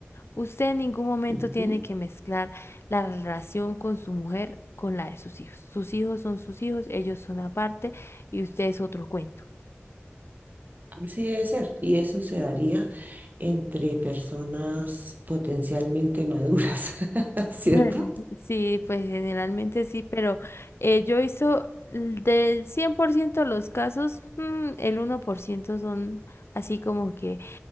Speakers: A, on the left (about 60°); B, on the right (about 40°).
A: Usted en ningún momento
B: Ujú.
A: tiene que mezclar la relación con su mujer con la de sus hijos. Sus hijos son sus hijos, ellos son aparte y usted es otro cuento.
B: Así debe ser. Y eso se daría entre personas potencialmente maduras, <laughs> ¿cierto?
A: Ujú. Sí, pues generalmente sí, pero eh, yo hizo l- del 100% los casos, mm, el uno por ciento son así como que